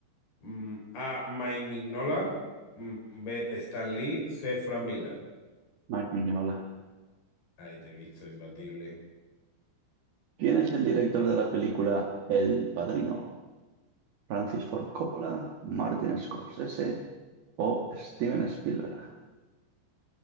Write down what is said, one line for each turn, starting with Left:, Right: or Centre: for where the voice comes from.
Left: Mm, A. Mike Mignola. Mm, B. Stan Lee. C. Frank Miller.
Right: Mark Mignola.
Left: Ahí te he visto, imbatible.
Right: ¿Quién es el director de la película El Padrino? ¿Francis Ford Coppola, Martin Scorsese o Steven Spielberg?